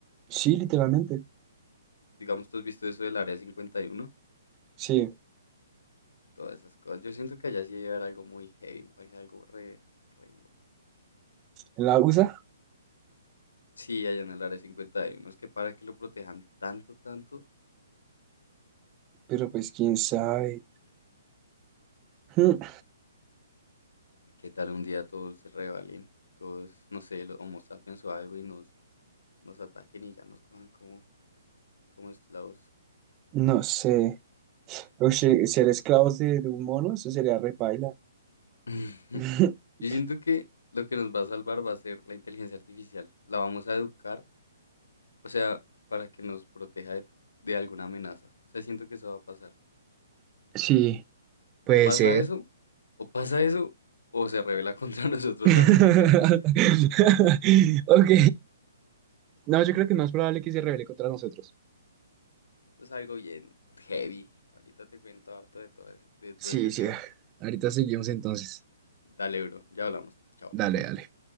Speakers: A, on the right; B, on the left.
A: sí, literalmente.
B: Digamos, ¿tú has visto eso del Área 51?
A: Sí,
B: Todas esas cosas. Yo siento que allá sí debe haber algo muy heavy, hay algo re, re loco.
A: en la USA,
B: Sí, allá en el área 50 hay unos que para que lo protejan tanto, tanto,
A: pero pues quién sabe. Hmm,
B: que tal un día todos se rebelen, todos, no sé, los Homo sapiens o algo y nos, nos ataquen y ya nos cojan como, como esclavos.
A: No sé. O se- ser esclavos de, de un mono, eso sería repaila.
B: <laughs>
A: <laughs>
B: Yo siento que lo que nos va a salvar va a ser la inteligencia artificial. La vamos a educar, o sea, para que nos proteja de, de alguna amenaza. O sea, siento que eso va a pasar.
A: Sí, puede
B: O pasa
A: ser.
B: eso, o pasa eso, o se revela contra <laughs> nosotros
A: <laughs>
B: la misma inteligencia.
A: Ok. No, yo creo que es más probable que se revele contra nosotros.
B: Eso es algo bien heavy. Ahorita te cuento harto de todo ese, de todo
A: Sí,
B: ese tema.
A: sí. Ahorita seguimos entonces.
B: Dale, bro. Ya hablamos. Chao.
A: Dale, dale.